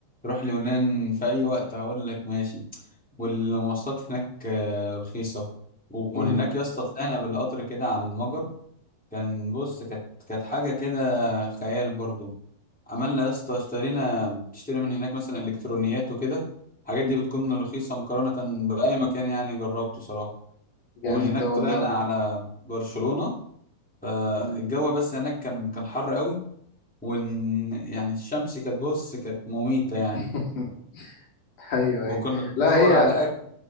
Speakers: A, in the centre; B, on the left (about 50°).
A: روح اليونان في اي وقت هقول لك ماشي والمواصلات هناك آه رخيصه ومن
B: مم،
A: هناك يا اسطى طلعنا بالقطر كده على المجر كان بص كانت كانت حاجه كده خيال برضو عملنا يا اسطى اشترينا بتشتري من هناك مثلا الكترونيات وكده الحاجات
B: مم.
A: دي بتكون رخيصه مقارنه باي مكان يعني جربته صراحه
B: جامد
A: ومن هناك
B: ده والله
A: طلعنا على برشلونة فالجو
B: مم.
A: بس هناك كان كان حر قوي وإن يعني الشمس كانت بص كانت مميتة يعني
B: <laughs> ايوه
A: وكنا
B: ايوه
A: بندور
B: لا هي
A: على أكل